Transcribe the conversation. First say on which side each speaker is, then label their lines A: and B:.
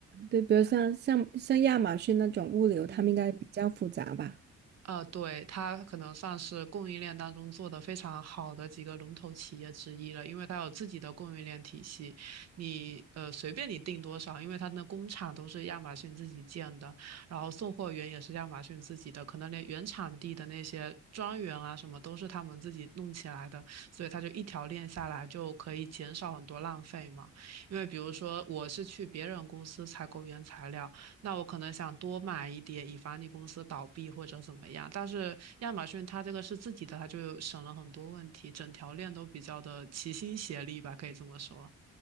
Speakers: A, on the right; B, on the right.
A: 对，比如像像像亚马逊那种物流，
B: 嗯。
A: 他们应该比较复杂吧？
B: 呃，对，它可能算是供应链当中做的非常好的几个龙头企业之一了，因为它有自己的供应链体系，你呃随便你订多少，因为它的工厂都是亚马逊自己建的，然后送货员也是亚马逊自己的，可能连原产地的那些庄园啊什么都是他们自己弄起来的，所以它就一条链下来就可以减少很多浪费嘛。因为比如说我是去别人公司采购原材料。那我可能想多买一点，以防你公司倒闭或者怎么样。但是亚马逊它这个是自己的，它就省了很多问题，整条链都比较的齐心协力吧，可以这么说。